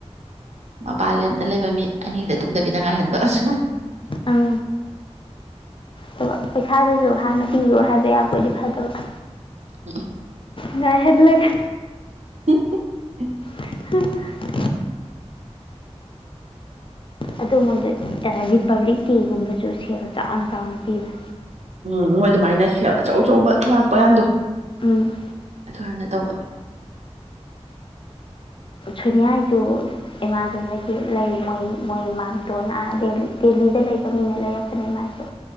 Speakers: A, on the right; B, on the left.
A: ꯃꯄꯥꯟꯂꯝꯗ ꯂꯩꯕ ꯃꯤ ꯑꯍꯤꯡꯗ ꯇꯨꯝꯗꯕꯤꯗ ꯉꯥꯏꯍꯟꯕ ꯑꯁ
B: ꯑꯝ ꯍꯣꯏ ꯄꯩꯁꯥꯁꯤꯁꯨ ꯍꯥꯟꯅ ꯄꯤꯌꯨ ꯍꯥꯏꯕ ꯌꯥꯕꯣꯏꯗꯤ ꯐꯗꯧꯕ
A: ꯎꯝ
B: ꯉꯥꯏꯍꯜꯂꯒ
A: ꯍꯤ ꯍꯝ
B: ꯍꯝ ꯑꯗꯣ ꯃꯣꯏꯗꯣ ꯔꯤꯄꯕ꯭ꯂꯤꯛ ꯗꯦꯒꯨꯝꯕꯁꯨ ꯁꯦꯜ ꯆꯥꯎꯅ ꯆꯥꯎꯅ ꯄꯤꯕꯅꯦ
A: ꯎꯝ ꯃꯣꯏ ꯑꯗꯨꯃꯥꯏꯅ ꯁꯦꯜ ꯑꯆꯧ ꯑꯆꯧꯕ ꯂꯥꯛꯄ ꯌꯥꯝꯗꯣ
B: ꯎꯝ
A: ꯑꯗꯨ ꯍꯥꯟꯅ ꯇꯧꯕ
B: ꯁꯨꯅꯤꯌꯥꯏꯖꯨ ꯑꯦꯃꯥꯖꯣꯟꯗꯒꯤ ꯂꯩ ꯃꯣꯏ ꯃꯣꯏ ꯃꯥꯝꯇꯣꯟꯅ ꯑꯍ ꯗꯦꯜꯂꯤ ꯗꯦꯜꯂꯤꯗ ꯂꯩꯕ ꯃꯤꯅ ꯂꯩꯔꯛꯄꯅꯦ ꯃꯥꯏꯖꯨ